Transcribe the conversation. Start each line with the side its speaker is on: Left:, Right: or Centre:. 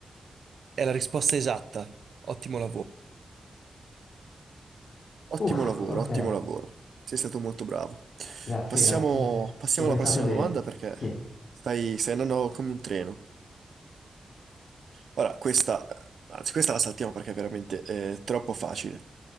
Right: È la risposta esatta. Ottimo lavoro. Ottimo
Left: Uff,
Right: lavoro,
Left: ok.
Right: ottimo lavoro. Sei stato molto bravo.
Left: Grazie,
Right: Passiamo,
Left: grazie.
Right: passiamo
Left: Ci ho pensato
Right: alla prossima
Left: bene.
Right: domanda perché
Left: Sì,
Right: stai, stai andando come un treno. Ora, questa, anzi, questa la saltiamo perché è veramente eh, troppo facile.